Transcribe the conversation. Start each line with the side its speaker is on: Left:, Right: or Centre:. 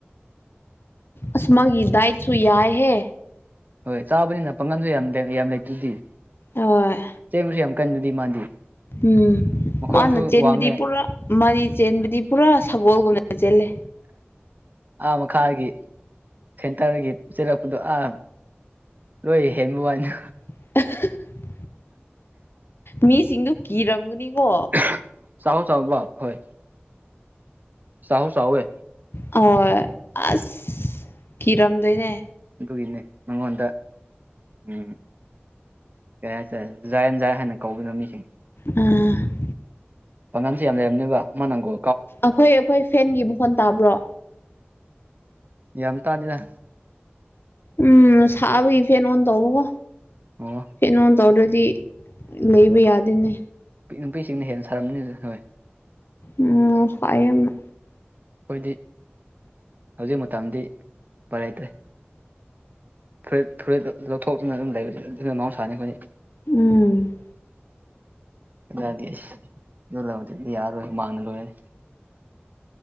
Left: ꯑꯁꯃꯒꯤ ꯗꯥꯏꯠꯁꯨ ꯌꯥꯏꯍꯦ
Right: ꯍꯣꯏ ꯆꯥꯕꯅꯤꯅ ꯄꯥꯉꯜꯁꯨ ꯌꯥꯝ ꯌꯥꯝ ꯂꯩꯇ꯭ꯔꯗꯤ
Left: ꯑꯣꯏ
Right: ꯆꯦꯟꯕꯁꯨ ꯌꯥꯝ ꯀꯟꯗꯨꯗꯤ ꯃꯥꯗꯤ
Left: ꯎꯝ
Right: ꯃꯈꯣꯡꯁꯨ
Left: ꯃꯥꯅ ꯆꯦꯟꯕꯗꯤ
Right: ꯋꯥꯡꯉꯦ
Left: ꯄꯨꯔꯥ ꯃꯔꯤ ꯆꯦꯟꯕꯗꯤ ꯄꯨꯔꯥ ꯁꯒꯣꯜꯒꯨꯝꯕꯅ ꯆꯦꯜꯂꯦ
Right: ꯑꯥ ꯃꯈꯥꯒꯤ ꯁꯦꯟꯇꯔꯒꯤ ꯆꯤꯂꯛꯄꯗꯣ ꯑꯥ ꯂꯣꯏ ꯍꯦꯟꯕ ꯋꯥꯅ
Left: <unintelligible> ꯃꯤꯁꯤꯡꯗꯨ ꯀꯤꯔꯝꯒꯅꯤꯀꯣ
Right: ꯍꯥ ꯆꯧ ꯆꯧꯕ ꯍꯣꯏ ꯆꯧꯑ ꯆꯧꯑ
Left: ꯍꯣꯏ ꯑꯁ ꯀꯤꯔꯝꯗꯣꯏꯅꯦ
Right: ꯑꯗꯨꯏꯅꯦ ꯃꯉꯣꯟꯗ ꯎꯝ ꯀꯩ ꯍꯥꯏꯁꯔꯦ ꯖꯥꯏ ꯑꯦꯟ ꯖꯥꯏ ꯍꯥꯏꯅ ꯀꯧꯕꯗꯣꯃꯤꯁꯤꯡ
Left: ꯎꯝ
Right: ꯄꯪꯉꯜꯁꯦ ꯌꯥꯝ ꯂꯩꯔꯝꯃꯦꯕ ꯃꯥ ꯅꯪꯒꯣ
Left: ꯑꯩꯈꯣꯏ ꯑꯩꯈꯣꯏ ꯐꯦꯟꯒꯤ ꯃꯈꯣꯟ ꯇꯥꯕ꯭ꯔꯣ
Right: ꯌꯥꯝ ꯇꯥꯗꯦꯗꯥ
Left: ꯎꯝ ꯁꯥꯕꯒꯤ ꯐꯦꯟ ꯑꯣꯟ ꯇꯧꯕꯀꯣ
Right: ꯑꯣ
Left: ꯐꯦꯟ ꯑꯣꯟ ꯇꯧꯗꯔꯗꯤ ꯂꯩꯕ ꯌꯥꯗꯦꯅꯦ
Right: ꯅꯨꯄꯤꯁꯤꯡꯅ ꯍꯦꯟꯅ ꯁꯥꯔꯝꯅꯤ ꯍꯣꯏ
Left: ꯎꯝ ꯁꯥꯏ ꯌꯥꯝꯅ
Right: ꯑꯩꯈꯣꯏꯗꯤ ꯍꯧꯖꯤꯛ ꯃꯇꯝꯗꯤ ꯎꯄꯥꯏ ꯂꯩꯇ꯭ꯔꯦ ꯐꯨꯔꯤꯠ ꯐꯨꯔꯤꯠ ꯂꯧꯊꯣꯛꯇꯅ ꯑꯗꯨꯝ ꯂꯩꯕꯁꯦ ꯑꯗꯨꯅ ꯃꯍꯧꯁꯥꯅꯤ ꯑꯩꯈꯣꯏꯗꯤ
Left: ꯎꯝ
Right: ꯑꯗꯨꯅꯗꯤ ꯑꯁ ꯑꯗꯨꯂꯩꯗꯗꯤ ꯌꯥꯔꯔꫭꯏ ꯍꯨꯃꯥꯡꯅ ꯂꫭꯏꯔꯅꯤ